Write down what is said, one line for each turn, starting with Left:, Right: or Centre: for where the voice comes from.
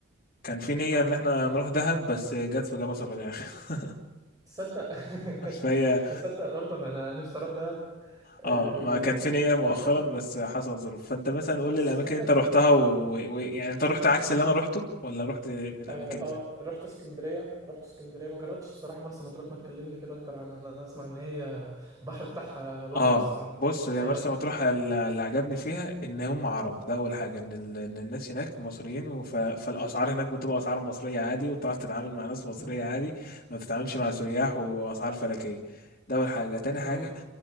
Left: كان في نية
Right: اه
Left: ان احنا
Right: اه
Left: نروح دهب بس جت في جمصة في الاخر <laughs>
Right: تصدق <laughs>
Left: فهي
Right: تصدق برضه انا أنا نفسي اروح دهب آه
Left: اه ما كان في نية مؤخرا
Right: سمعت
Left: بس
Right: إن-
Left: حصل ظروف فانت مثلا قول
Right: بس
Left: لي الاماكن
Right: الفكرة
Left: اللي انت
Right: ان
Left: رحتها و... و... يعني انت رحت عكس اللي انا رحته ولا رحت في الاماكن
Right: اه, آه
Left: دي
Right: رحت اسكندرية رحت اسكندرية ما جربتش الصراحة مرسى مطروح ما تكلمني كده اكتر عنها انا اسمع ان هي البحر بتاعها وهم
Left: اه
Right: الصراحة
Left: بص
Right: انت
Left: هي
Right: ايه
Left: مرسى
Right: رأيك
Left: مطروح ال- اللي عجبني فيها ان هم عرب ده اول حاجه ان, ال... إن الناس هناك مصريين وف... فالاسعار هناك بتبقى اسعار مصريه عادي وتعرف تتعامل مع ناس مصريه
Right: اه
Left: عادي ما بتتعاملش مع سياح واسعار فلكيه ده اول حاجه تاني
Right: اه
Left: حاجه